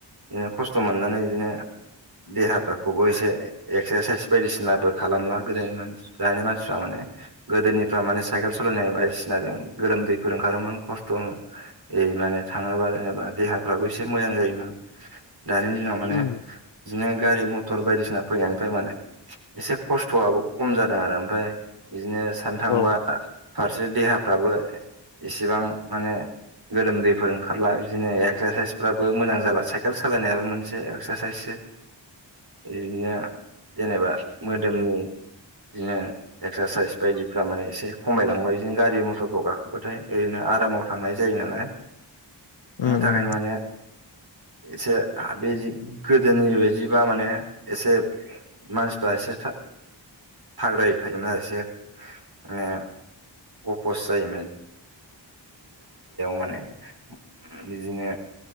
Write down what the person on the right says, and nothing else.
बिदिनो खस्थ' मोननानै बिदिनो देहाफोरखौबो एसे एक्सारसाइस बायदिसिनाबो खालामला गोदोनि मानसि दानि मानसि मानसिफ्रा माने गोदोनिफ्रा माने साइकेल सालायनाय बायदिसिनाजों गोलोमदैफोर ओंखारोमोन खस्थ' माने थाङोबा जेनेबा देहाफ्राबो एसे मोजां जायोमोन। दानि दिनाव माने
बिदिनो गारि मथर बायदिसिना फैनायनिफ्राय माने एसे खस्थ'आबो खम जादों आरो ओमफ्राय बिदिनो सान थांबा
फारसे देहाफ्राबो एसेबां माने गोलोमदैफोर ओंखारला बिदिनो एक्सारसाइसफ्राबो मोजां जाला साइकेल सालायनायाबो मोनसे एक्सारसाइससो बिदिनो जेनेबा मोदोमनि बिदिनो एक्सारसाइस बायदिफ्रा माने एसे खमायलांबाय बिदिनो गारि मथरफ्र गाखोबाथाय ओरैनो आरामाव थांनाय जायो। जायो नालाय बिनि
थाखायनो
माने एसे बे गोदोनि बायदिबा माने एसे मानसिफ्रा एसे थाग्रायै थायोमोन आरो एसे माने अपस जायो माने बिदिनो